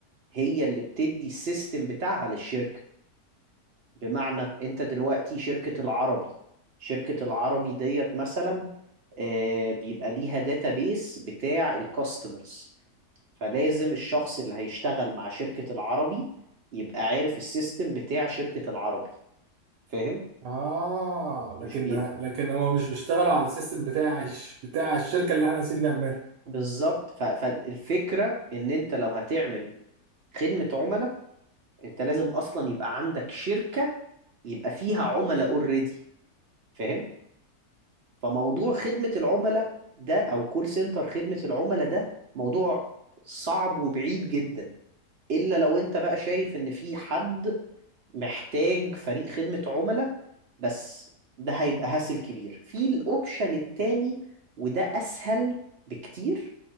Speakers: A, on the right; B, on the right.
A: هي اللي بتدي السيستم بتاعها للشركة بمعنى انت دلوقتي شركة العربي شركة العربي ديت مثلا آه، بيبقى ليها داتابيس بتاع الكاستمرز فلازم الشخص اللي هيشتغل مع شركة العربي يبقى عارف السيستم بتاع شركة العربي فاهم
B: اه
A: مش
B: لكن
A: بي
B: لكن هما مش بيشتغلوا على السيستم بتاع الش- بتاع الشركة اللي احنا عايزين نعملها
A: بالظبط ف- فالفكرة ان انت لو هتعمل خدمة عملاء انت لازم اصلا يبقى عندك شركة يبقى فيها عملاء اوريدي فاهم فموضوع خدمة العملاء ده او كول سنتر خدمة العملاء ده موضوع صعب وبعيد جدا الا لو انت بقى شايف ان في حد محتاج فريق خدمة عملاء بس ده هيبقى هاسل كبير في الاوبشن التاني وده اسهل بكتير